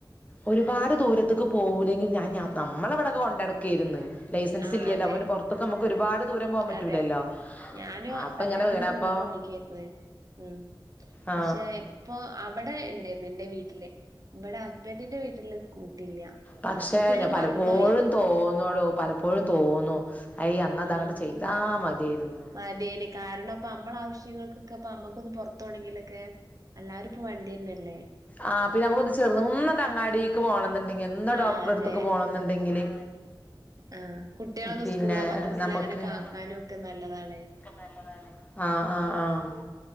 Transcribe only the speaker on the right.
ആഹ്
അതെ
അതെ ഞാനും
കല്യാണത്തിന്റെക്കെ
മുന്നെ ഓടിക്കായിരുന്നു. ഉം പക്ഷെ
ഇപ്പോ അവിടെ ഇണ്ടയിര്ന്നു ന്റെ വീട്ടില്. ഇബടെ ഹസ്ബന്റിന്റെ വീട്ടില് സ്കൂട്ടില്ല,
അപ്പോ ഫുള്ള്
മറന്നോയി.
ഉം
മതിയേനി കാരണം പ്പം നമ്മള ആവശ്യങ്ങൾക്കൊക്കെ പ്പോ നമ്മക്ക് പുറത്തൊണെങ്കിലൊക്കെ എല്ലാരും ഇപ്പോ വണ്ടി തന്നല്ലേ.
ആഹ്
അതെ
ആഹ് കുട്ടികളൊന്ന്
സ്കൂളിലാ മദ്രസിൽ
അങ്ങനെയൊക്കെ
ആക്കാനും ഒക്കെ നല്ലതാണ്.